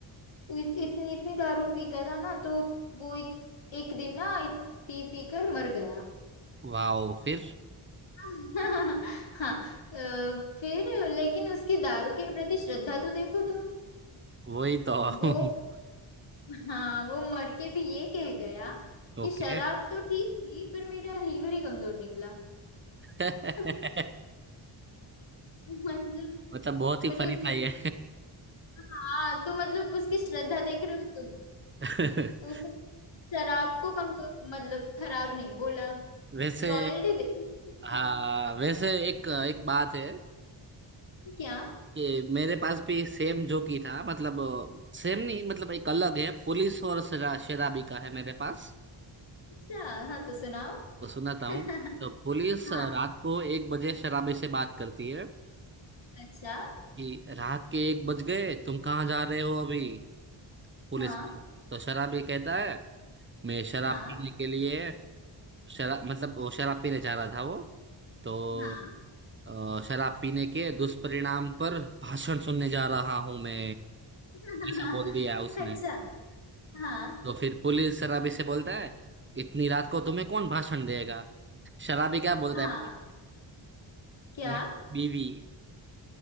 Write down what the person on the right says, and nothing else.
वाओ फिर
वही तो <laughs>
ओके
<laughs>
मतलब बहुत ही
फनी
था ये
<laughs>
वैसे
हाँ वैसे एक एक बात है
कि मेरे पास भी सेम जोकी था मतलब सेम नहीं मतलब एक अलग है पुलिस और शरा, शराबी का है मेरे पास
तो सुनाता हूँ
तो पुलिस
रात को एक बजे शराबी से बात करती है
कि रात के एक बज गए तुम कहाँ जा रहे हो अभी पुलिस
तो शराबी कहता है मैं शराब
पीने के लिए शराब मतलब वो शराब पीने जा रहा था वो तो
अ, शराब पीने के दुष्परिणाम पर भाषण सुनने जा रहा हूं मैं
ऐसा बोल दिया उसने
तो फिर पुलिस शराबी से बोलता है इतनी रात को तुम्हें कौन भाषण देगा शराबी क्या बोलता
है
"मैं बीवी